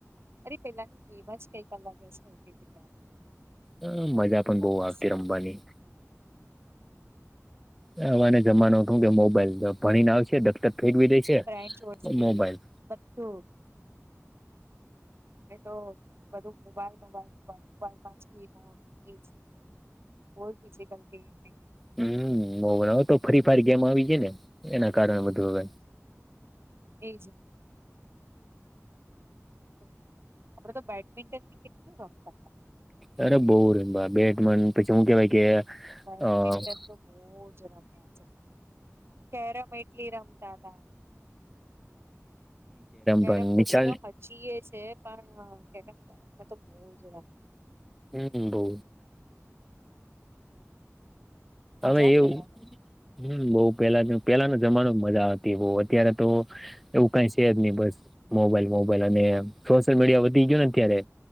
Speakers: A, on the right; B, in the centre.
A: અરે પેહલાની ગેમ જ કંઈક અલગ જ હતી યાર.
B: અ મજા પણ
A: બહુ
B: બવ
A: મસ્ત
B: આવતી રમવાની.
A: હતી
B: હવેના જમાનામાં તો હું કેવાય મોબાઈલ ભણીને આવશે, દફતર ફેંકવી દઈ છે
A: ફ્રેન્ચ વરસથી
B: મોબાઈલ.
A: બધું મેં તો બધું મોબાઈલ મોબાઈલ મોબાઈલ મોબાઈલમા જ ગેમો એજ <unintelligible>
B: હમ્મ, મો વર તો ફરી પાહી ગેમ આવી જાય ને એના કારણે બધું હવે.
A: એજ. હ આપણે તો બેડમિન્ટન બી કેટલું રમતા તા.
B: અરે બો ર બેટમેનુ પછી હું કેવાય કે
A: બેડમિન્ટન
B: અ
A: તો બો જ રમ્યા છે. કેરમેય લી રમતા તા. કેરમ
B: પણ
A: તો
B: નિશાલ
A: ચલો હ જીએ છે, પણ કે ત્યારે અમે તો બો જ રમી.
B: હમ બો.
A: મજા
B: હવે
A: જ અલગ
B: એવું
A: હતી.
B: હમ બો પેલા પેલાનો જમાનો મજા આવતી વો, ત્યારે તો એવું કઈ સે જ નઈ, બસ મોબાઈલ મોબાઈલ અને સોશિયલ મીડિયા વધી ગીયો ને અત્યારે